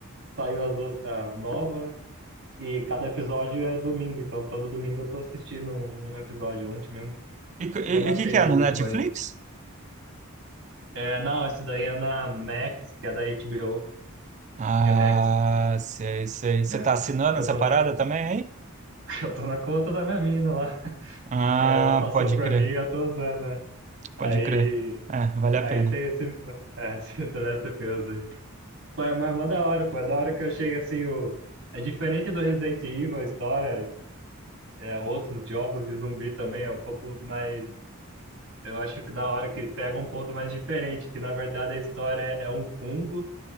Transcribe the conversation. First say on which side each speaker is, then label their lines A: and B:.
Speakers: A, on the right; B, on the right.
A: saiu as, out- a nova, E cada episódio é domingo, então todo domingo eu tô assistindo um episódio ontem mesmo.
B: E co-
A: Já
B: e-
A: matei
B: e o que que é,
A: o
B: no
A: último
B: Netflix?
A: aí. É, não, esse daí é na Max, que é da HBO.
B: Ah,
A: É Max,
B: sei, sei. Você
A: né?
B: tá assinando
A: Que
B: essa
A: eu tô
B: parada
A: na,
B: também, aí?
A: <laughs> eu tô na conta da minha mina lá.
B: Ah,
A: Ela passou
B: pode
A: pra
B: crer,
A: mim e eu tô usando, né?
B: pode
A: Aí,
B: crer. É, vale a
A: aí
B: pena.
A: tem esse, é, <laughs> esse The Last of Us aí. Mas, mas é mó da hora, pô. É da hora que eu chego assim, o... É diferente do Resident Evil, a história, é, outros jogos de zumbi também, é um pouco mais Eu acho que da hora que pega um ponto mais diferente, que na verdade a história é, é um fungo,